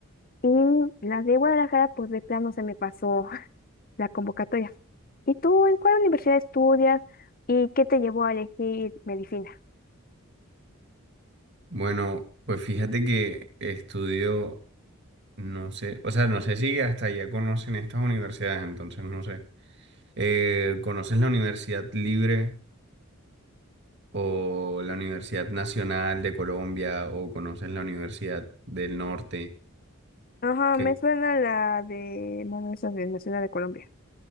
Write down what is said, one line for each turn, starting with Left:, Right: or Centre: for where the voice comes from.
Left: Y la de Guadalajara pues de plano se me pasó <laughs> la convocatoria. ¿Y tú en cuál universidad estudias y qué te llevó a elegir medicina?
Right: Bueno, pues fíjate que estudio No sé, o sea, no sé si hasta allá conocen estas universidades, entonces no sé. Eh, ¿conoces la Universidad Libre o la Universidad Nacional de Colombia o conoces la Universidad del Norte?
Left: Ajá,
Right: Que,
Left: me suena la de Manos de Nacional de Colombia.